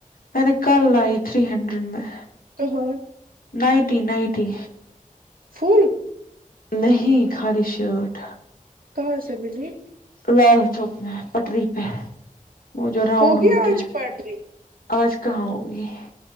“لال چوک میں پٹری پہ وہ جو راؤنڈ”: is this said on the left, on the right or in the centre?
Left